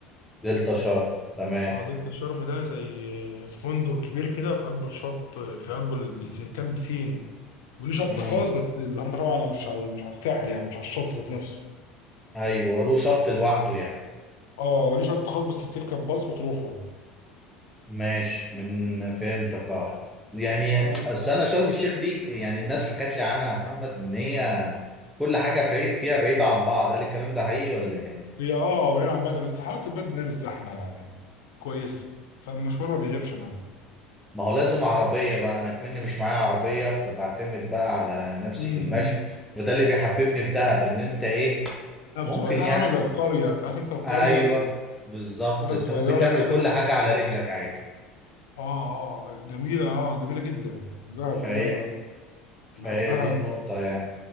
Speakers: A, in the centre; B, on the left.
A: دلتا شار تمام
B: اه دلتا شرم ده زي آه، فندق كبير كده في قلب الشط آه، في قلب البسين كان بسين وليه شط
A: امم
B: خاص بس اللي هم طبعا هو مش على- مش على الساحل يعني مش على الشط ذات نفسه
A: ايوه هو له شط لوحده يعني
B: اه وليه شط خاص بس بتركب باص وتروحه
A: ماشي من فهمتك اه يعني
B: اه
A: اصل انا شرم الشيخ دي يعني الناس حكت لي عنها يا محمد ان هي كل حاجه في فيها بعيده عن بعض هل الكلام ده حقيقي ولا ايه
B: هي اه بعيد عن بدر بس حالات البدر إنها مش زحمة يعني كويسة فالمشوار ما بيغيبش معاها
A: ما هو لازم عربية بقى أنا كمني مش معايا عربية فبعتمد بقى على نفسي
B: امم
A: في المشي وده اللي بيحببني في دهب إن أنت إيه
B: دهب
A: ممكن
B: صغير دهب
A: يعني
B: عامله زي القريه انت عارف انت القريه
A: أيوه بالظبط
B: قرية
A: أنت
B: صغيرة
A: ممكن تعمل
B: كده
A: كل حاجة على رجلك عادي
B: اه اه جميلة اه جميلة جدا دهب
A: فهي
B: دي أنا
A: فهي
B: بحبها
A: دي النقطة
B: أوي.
A: يعني